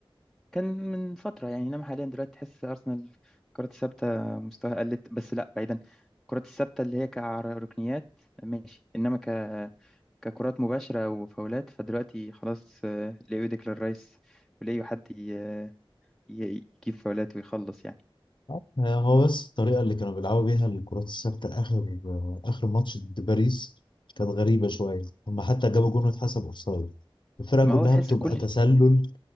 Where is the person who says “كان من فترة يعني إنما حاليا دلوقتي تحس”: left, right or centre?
Centre